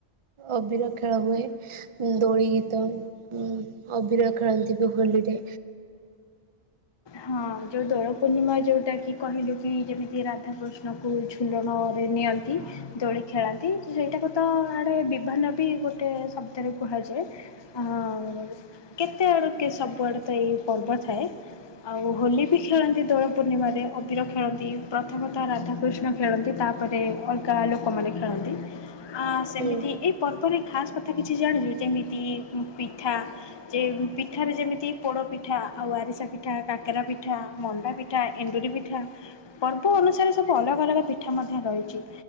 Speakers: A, on the right (about 35°); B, on the left (about 30°).
A: ଅବିର ଖେଳ ହୁଏ ଦୋଳି ଗୀତ ଉଁ ଅଭିନୟ ଖେଳନ୍ତି ବି ହୋଲିରେ।
B: ହଁ ଯୋଉ ଦୋଳ ପୂର୍ଣ୍ଣିମା ଯୋଉଟା କି କହିଲୁ କି ଯେମିତି ରାଧାକୃଷ୍ଣ କ ଝୁଲଣରେ ନିଅନ୍ତି ଦୋଳି ଖେଳାନ୍ତି ସେଇଟାକୁ ତ ଆଡ଼େ ବିଭାନ ବି ଗୋଟେ ଶବ୍ଦରେ କୁହାଯାଉଛି। ଆ କେତେ ଆଡୁ ସବୁଆଡେ ତ ଏଇ ପର୍ବ ଥାଏ। ଆଉ ହୋଲି ବି ଖେଳନ୍ତି ଦୋଳ ପୂର୍ଣ୍ଣିମା ରେ ଅବିର ଖେଳନ୍ତି, ପ୍ରଥମେ ତ ରାଧା କୃଷ୍ଣ ଖେଳନ୍ତି। ତାପରେ ଅଲଗା ଲୋକମାନେ ଖେଳନ୍ତି ଆ ସେମିତି
A: ହୁଁ
B: ଏଇ ପର୍ବରେ ଖାସ୍ କ ଥା କିଛି ଜାଣିଛୁ ଯେମିତି ପିଠା ଯେ ପିଠାରେ ଯେମିତି ପୋଡ ପିଠା ଆଉ ଆରିସା ପିଠା ପିଠା, କାକେରା ପିଠା, ମଣ୍ଡା ପିଠା, ଏଣ୍ଡୁରି ପିଠା ପର୍ବ ଅନୁସାରେ ସବୁ ଅଲଗା ଅଲଗା ପିଠା ମଧ୍ୟ ରହିଛି